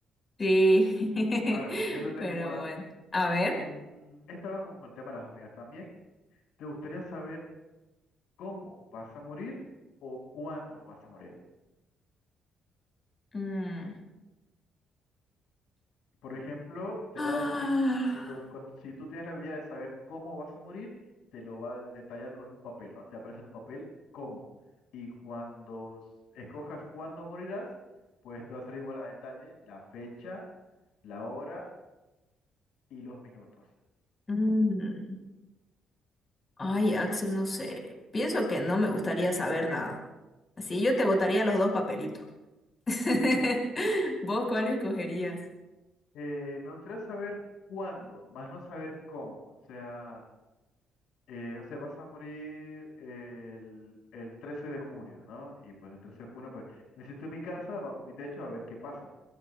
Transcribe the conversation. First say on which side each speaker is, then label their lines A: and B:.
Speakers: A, on the left (about 35°); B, on the left (about 85°).
A: Sí, <laughs>
B: A ver, yo te tengo
A: pero
B: una a
A: bueno,
B: ti.
A: a ver.
B: Mm, esta va con el tema de las hormigas también. ¿Te gustaría saber cómo vas a morir o cuándo vas a morir?
A: mm.
B: Por ejemplo, te
A: Ah,
B: va a decir, cuando, cuando, si tú tienes la habilidad de saber cómo vas a morir, te lo va a detallar con un papel, ¿no? Te aparece en un papel cómo. Y cuando s- escojas cuándo morirás, pues te va a salir igual a detalle la fecha, la hora y los minutos.
A: mm. Ay, Axel, no sé. Pienso que no me gustaría saber nada. Así yo te botaría los dos papelitos. <laughs> ¿Vos cuál escogerías?
B: Eh, me gustaría saber cuándo, más no saber cómo. O sea... Eh, no sé, vas a morir el, el 13 de junio, ¿no? Y pues el 13 de junio, pues me siento en mi casa, bajo mi techo, a ver qué pasa,